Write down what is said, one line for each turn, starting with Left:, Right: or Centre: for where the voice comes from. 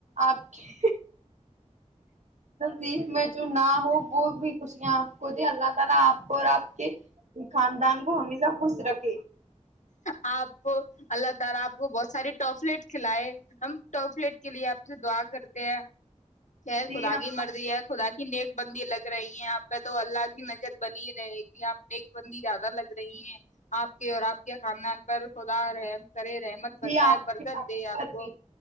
Right: آپ کے نیب میں جو نہ ہو وہ بھی خشیا آپ کوود اللہ تعالی آ اور آپ کے خاندان کو ہمیشہ خوش رکھ ج
Left: آپ کو اللہ تعالی آپ کو بہت سارے ٹافلیٹ کھلائے ہم ٹافلیٹ کے لیے آپ سے دعا کرتے ہیں خر
Right: جی
Left: خدا
Right: ہم
Left: کی مرضی ہے خدا کی نیک بندی لگ رہی ہے آپ پہ تو اللہ کی نظر بنی رہے گی آپ نیک بندی زیادہ لگ رہی ہیں آپ کے اور آپ خاندان پر خدا رحم کرے رحمت بسائے
Right: جی اپ
Left: برکت دے آپ
Right: پر
Left: کو
Right: بھی